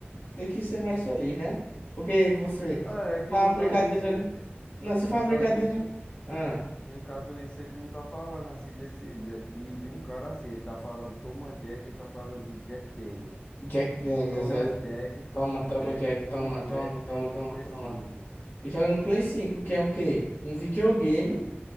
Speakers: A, on the left; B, on the left.
A: têm que ser mais felizes, né? Porque você
B: É, que
A: faz
B: no
A: uma
B: caso
A: brincadeira.
B: isso ele.
A: né? Não, se faz
B: Que no
A: uma
B: caso
A: brincadeira.
B: isso.
A: né? Ah,
B: Que no caso isso ele não tá falando assim desse. De, de, de um cara assim, ele tá falando toma Jack, ele tá falando de Jack Daniels.
A: Jack Daniels,
B: Toma
A: é,
B: Jack, toma
A: toma, toma,
B: Jack,
A: Jack,
B: toma
A: toma,
B: Jack
A: toma, toma,
B: jogando
A: toma,
B: Play
A: toma.
B: 5.
A: E joga no Play cinco que é o quê? Um videogame